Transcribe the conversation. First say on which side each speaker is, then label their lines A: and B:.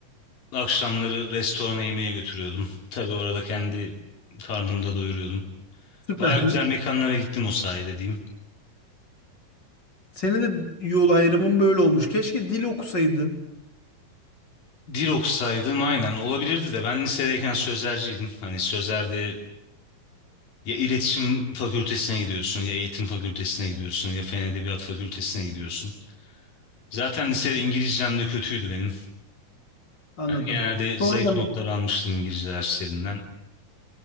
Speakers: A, on the left (about 85°); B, on the left (about 30°).
A: akşamları restorana yemeğe götürüyordum. Tabii orada kendi karnımda doyuruyordum.
B: Süper.
A: Baya güzel
B: <laughs>
A: mekanlara gittim o sayede diyeyim.
B: Senin de yol ayrımın böyle olmuş. Keşke dil okusaydın.
A: Dil okusaydım aynen olabilirdi de ben lisedeyken sözelciydim. Hani sözelde ya iletişim fakültesine gidiyorsun ya eğitim fakültesine gidiyorsun ya fen edebiyat fakültesine gidiyorsun. Zaten lisede İngilizcem de kötüydü benim.
B: Anladım.
A: Yani genelde zayıf
B: Sonradan
A: notlar almıştım İngilizce derslerinden.